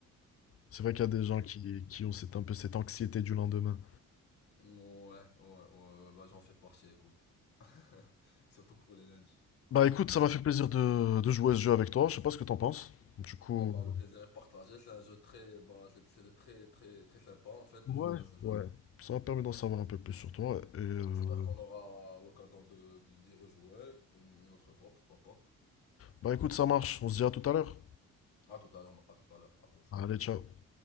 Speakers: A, on the left; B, on the left.
A: C'est vrai qu'il y a des gens
B: Du
A: qui, qui ont cette, un peu cette anxiété du lendemain.
B: coup, ouais, ouais, ouais, bah j'en fais partie, écoute. <laughs> Surtout pour les lundis.
A: Bah écoute, ça m'a fait plaisir de, de jouer à ce jeu avec toi. Je sais pas ce que t'en penses. Du coup,
B: Ouais, bah le plaisir est partagé, c'est un jeu très, bah c'est- c'était très, très, très sympa en fait de
A: ouais,
B: jouer à ce jeu.
A: ouais. Ça m'a permis d'en savoir un peu plus sur toi. Et euh,
B: J'espère qu'on aura l'occasion de, de- d'y rejouer une, une autre fois, pourquoi pas.
A: bah écoute, ça marche. On se dit à tout à l'heure.
B: À tout à l'heure, à tout à l'heure, à plus.
A: Allez, ciao.